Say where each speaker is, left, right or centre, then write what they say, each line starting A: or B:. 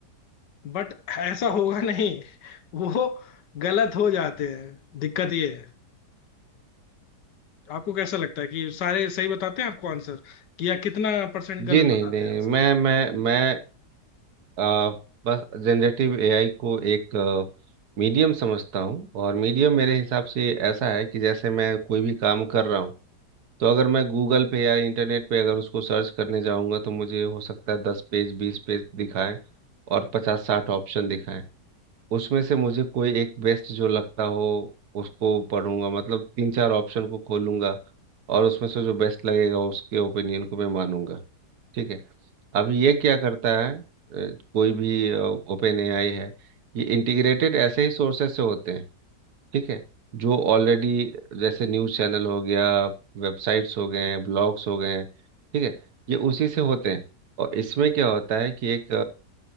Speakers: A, on the left; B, on the right.
A: बट ऐसा होगा नहीं वो गलत हो जाते हैं दिक्कत ये है आपको कैसा लगता है कि सारे सही बताते हैं आपको आंसर कि या कितना परसेंट गलत
B: जी नहीं
A: बताते
B: नहीं
A: हैं आंसर
B: मैं मैं मैं आ, बस जनरेटिव एआई को एक मीडियम समझता हूँ और मीडियम मेरे हिसाब से ऐसा है कि जैसे मैं कोई भी काम कर रहा हूँ तो अगर मैं गूगल पे या इंटरनेट पे अगर उसको सर्च करने जाऊँगा तो मुझे हो सकता है दस पेज बीस पेज दिखाएं और पचास साठ ऑप्शन दिखाएं उसमें से मुझे कोई एक बेस्ट जो लगता हो उसको पढ़ूंगा मतलब तीन चार ऑप्शन को खोलूंगा और उसमें से जो बेस्ट लगेगा उसके ओपिनियन को मैं मानूंगा ठीक है अब ये क्या करता है अ, कोई भी ओपन एआई है ये इंटीग्रेटेड ऐसे ही सोर्सेस से होते हैं ठीक है जो ऑलरेडी जैसे न्यूज़ चैनल हो गया वेबसाइट्स हो गए ब्लॉग्स हो गए ठीक है ये उसी से होते हैं और इसमें
A: हम्म
B: क्या होता है कि एक